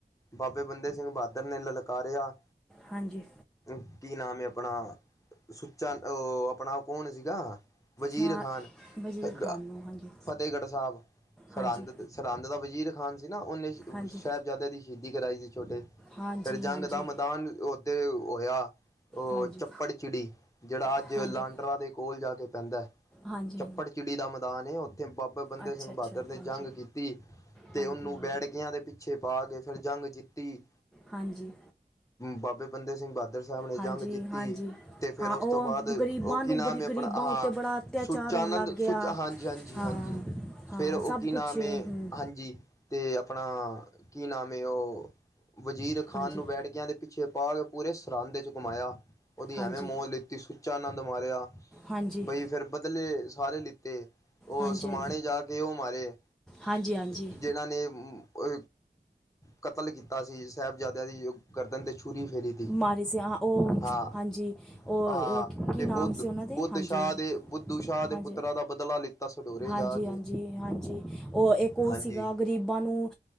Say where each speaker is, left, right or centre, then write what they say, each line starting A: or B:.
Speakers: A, on the left; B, in the centre.
A: ਬਾਬੇ ਬੰਦੇ ਸਿੰਘ ਬਾਦਰ ਨੇ ਲਲਕਾਰਿਆ।
B: ਹਾਂਜੀ।
A: ਊਂ ਕੀ ਨਾਮ ਏ ਆਪਣਾ। ਚ ਓ ਆਪਣਾ ਕੌਣ ਸੀਗਾ, ਵਜ਼ੀਰ
B: ਹਾਂ
A: ਖਾਨ
B: ਵਜ਼ੀਰ
A: ਹ-ਦ
B: ਖਾਨ ਨੂੰ ਹਾਂਜੀ
A: ਫ਼ਤਿਹਗੜ੍ਹ ਸਾਬ, ਸਰਅੰਦ
B: ਹਾਂਜੀ
A: ਸਰਅੰਦ ਦਾ ਵਜ਼ੀਰ ਖਾਨ ਸੀ ਨਾ ਓਨੇ ਓ
B: ਹਾਂਜੀ
A: ਸ਼ੈ ਸੈੈਬ ਜ਼ਾਦਿਆ ਦੀ ਸ਼ੀਦੀ ਕਰਾਈ ਸੀ ਛੋਟੇ,
B: ਹਾਂਜੀ
A: ਫੇਰ
B: ਹਾਂਜੀ
A: ਜੰਗ ਦਾ ਮੈਦਾਨ ਓ ਤੇ ਓਇਆ ਓ
B: ਹਾਂਜੀ
A: ਚੱਪੜ ਚਿੜੀ। ਜੜਾ ਅੱਜ
B: ਹਾਂਜੀ
A: ਲਾਂਡਰਾਂ
B: ਹਾਂਜੀ
A: ਦੇ ਕੋਲ ਜਾ ਕੇ ਪੈਂਦਾ।
B: ਹਾਂਜੀ
A: ਚੱਪੜ ਚਿੜੀ ਦਾ ਮੈਦਾਨ ਏ ਓਥੇ ਬਾਬੇ ਬੰਦੇ
B: ਅੱਛਾ
A: ਸਿੰਘ
B: ਅੱਛਾ
A: ਬਾਦਰ ਨੇ
B: ਹਾਂਜੀ
A: ਜੰਗ ਕੀਤੀ ਏ। ਤੇ
B: ਹਾਂਜੀ
A: ਓਨੂੰ
B: ਹਾਂਜੀ
A: ਵੈੈੜਕਿਆਂ ਦੇ ਪਿੱਛੇ ਪਾ ਕੇ ਫੇਰ ਜੰਗ ਜਿੱਤੀ।
B: ਹਾਂਜੀ।
A: ਬਾਬੇ ਬੰਦੇ ਸਿੰਘ ਬਾਦਰ ਸੈਬ ਨੇ
B: ਹਾਂਜੀ
A: ਜੰਗ ਜਿੱਤੀ,
B: ਹਾਂਜੀ
A: ਤੇ ਫੇਰ
B: ਹਾਂ
A: ਓਸ
B: ਉਹ
A: ਓਸ ਤੋਂ ਬਾਦ
B: ਗਰੀਬਾਂ
A: ਓ ਕੀ
B: ਨੂੰ
A: ਨਾਮ
B: ਬੜੀ
A: ਏ ਆਪਣਾ
B: ਗਰੀਬਾਂ
A: ਆ ਹਾਂ
B: ਉੱਤੇ ਬੜਾ ਅਤਿਆਚਾਰ
A: ਸੁਚਾਨੰਦ
B: ਹੋਣ ਲੱਗ ਗਿਆ
A: ਸੁਚ ਹਾਂਜੀ- ਹਾਂਜੀ
B: ਹਾਂ
A: ਹਾਂਜੀ।
B: ਹਾਂ
A: ਫੇਰ ਓ
B: ਸਭ
A: ਕੀ ਨਾਮ
B: ਕੁਛ ਹੂੰ,
A: ਏ ਹਾਂਜੀ ਤੇ ਆਪਣਾ ਕੀ ਨਾਮ ਏ ਓ ਵਜ਼ੀਰ ਖਾਨ
B: ਹਾਂਜੀ
A: ਨੂੰ
B: ਹਾਂਜੀ
A: ਵੈੜਕਿਆਂ ਦੇ ਪਿੱਛੇ ਪਾ ਕੇ ਪੂਰੇ ਸਰਅਂਦੇ 'ਚ ਘਮਾਇਆ। ਓਦੀ
B: ਹਾਂਜੀ
A: ਐਵੇਂ ਮੌਤ ਲਿਖੀ ਸੁੱਚਾਨੰਦ ਮਾਰਿਆ,
B: ਹਾਂਜੀ
A: ਬਈ ਫੇਰ ਬਦਲੇ ਸਾਰੇ ਲਿੱਤੇ। ਓ
B: ਹਾਂਜੀ
A: ਸਮਾਣੇ ਜਾ ਕੇ ਓ ਮਾਰੇ,
B: ਹਾਂਜੀ ਹਾਂਜੀ
A: ਜਿਨਾਂ ਨੇ ਮ ਓ ਕਤਲ ਕੀਤਾ ਸੀ ਸੈਬਜ਼ਾਦਿਆਂ ਦੀ ਓ ਗਰਦਨ ਤੇ ਛੁਰੀ ਫੇਰੀ ਤੀ
B: ਮਾਰੇ ਸੀ ਹਾਂ ਓ
A: ਹਾਂ
B: ਹਾਂਜੀ। ਓ
A: ਹਾਂ
B: ਕੀ
A: ਤੇ
B: ਨਾਮ
A: ਬੁੱਧ
B: ਸੀ ਓਨਾਂ ਦੇ
A: ਬੁੱਧ
B: ਹਾਂਜੀ-
A: ਸ਼ਾਹ ਦੇ ਬੁੱਧੂ ਸ਼ਾਹ ਦੇ
B: ਹਾਂਜੀ
A: ਪੁੱਤਰਾਂ
B: -ਹਾਂਜੀ।
A: ਦਾ ਬਦਲਾ ਲਿੱਤਾ ਸਡੋਰੇ
B: ਹਾਂਜੀ-
A: ਜਾ ਕੇ।
B: ਹਾਂਜੀ ਹਾਂਜੀ ਓ ਇੱਕ ਓ
A: ਹਾਂਜੀ।
B: ਸੀਗਾ ਗ਼ਰੀਬਾਂ ਨੂੰ